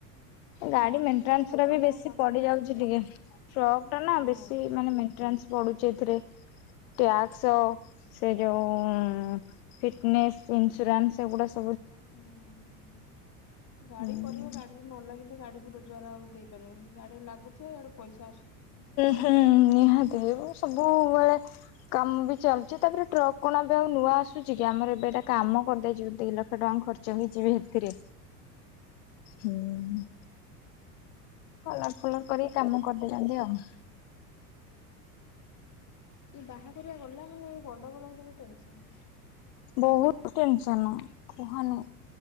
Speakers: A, on the left; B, on the left.
A: ଗାଡି
B: ହଁ
A: ମେଣ୍ଟେନାନ୍ସ
B: ନା ଦେହ ଖରାପ
A: ର
B: କଣ
A: ବେଶୀ
B: କାମ
A: ପଡି ଯାଉଛି ଯି ଟିକେ। ଟ୍ରକ ଟା ନା
B: ହଁ।
A: ବେଶୀ ମାନେ ମେଣ୍ଟନାନ୍ସ୍ ପଡ଼ୁଚି ଏଥିରେ। ଟ୍ୟାକ୍ସ, ସେ ଯୋଉ ଫିଟନେସ୍, ଇନ୍ସୁରାନ୍ସ ଏଗୁଡାସବୁ
B: ହୁଁ ହୁଁ।
A: ହୁଁ
B: ଗାଡି କରିବ ଗାଡି ନ ଲାଗିଲେ ଗାଡି ବି ରୋଜଗାର ଆଉ ଦେଇପାରିବନି। ଗାଡିରେ ଲାଗୁଥିବ ଏଆଡେ ପଇସା ଆସୁ
A: ହଁ। ନିହାତି ରହିବ ସବୁବେଳେ କାମ ବି ଚାଲୁଚି, ତାପରେ ଟ୍ରକ୍ କଣ ଏବେ ଆଉ ନୂଆ ଆସୁଛି କି, ଆମର ଏବେ ଏଟା କାମ କରିଦେଇଛୁ ଦି ଲକ୍ଷ ଟଙ୍କା ଖର୍ଚ୍ଚ ହେଇଯିବି ହେଥିରେ। ହୁଁ। କଲର ଫଲର କରି କାମ କରିଦେଇଛନ୍ତି ଆଉ।
B: ଏ ବାହାଘରିଆ ଗଲା ମାନେ ଏଇ ଗଣ୍ଡଗୋଳ ହେଲେବି ଟେନସନ।
A: ବହୁତ ଟେନସନ, କୁହନି।